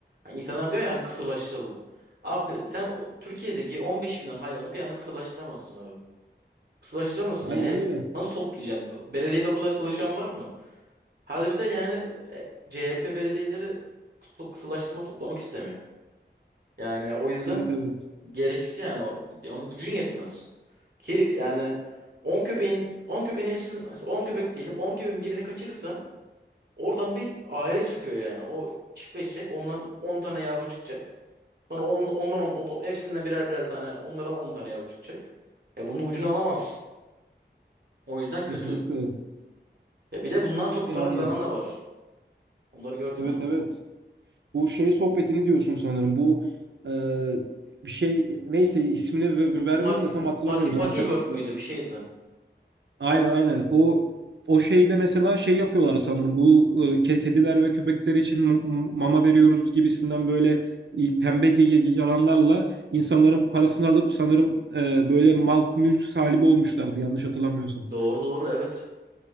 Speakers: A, on the right; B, on the right.
A: Yani insanlar diyor ya hani kısırlaştıralım. Abi sen Türkiye'deki 15 milyon hayvanı bir anda kısırlaştıramazsın abi. Kısırlaştıramazsın
B: Aynen
A: yani. He-
B: öyle.
A: Nasıl toplayacaksın? Belediyede o kadar çalışan var mı? Hadi bir de yani e, CHP belediyeleri kıs- to- kısırlaştırmak toplamak istemiyor. Yani o yüzden
B: Evet evet.
A: gereksiz yani. O- ya Onun gücün yetmez. Ki yani on köpeğin on köpeğin hepsini 10 köpek diyelim 10 köpeğin birini kaçırırsan oradan bir aile çıkıyor yani. O çiftleşecek. Ondan 10 tane yavru çıkacak. Sonra on, ondan on, on- hepsinden birer birer tane onlara 10 tane yavru çıkacak. Ya bunun ucunu alamazsın. O yüzden kötü.
B: Kesinlikle.
A: Ya bir de bundan çok
B: Yani
A: para kazanan da var. Onları gördün
B: evet
A: mü?
B: evet. Bu şey sohbetini diyorsun sanırım. Bu e, bir şey neyse ismini ve- vermeyeyim
A: Pati
B: de tam hatırlamıyorum
A: Pati Patiworld
B: zaten.
A: müydü bir şeydi.
B: Aynen
A: Pat
B: aynen. O o şeyde mesela şey yapıyorlar sanırım. Bu e, ke- kediler ve köpekler için m- m- mama veriyoruz gibisinden böyle e, pembe ge- ge- yalanlarla insanların parasını alıp sanırım e, böyle mal mülk sahibi olmuşlardı yanlış hatırlamıyorsam.
A: doğru doğru evet.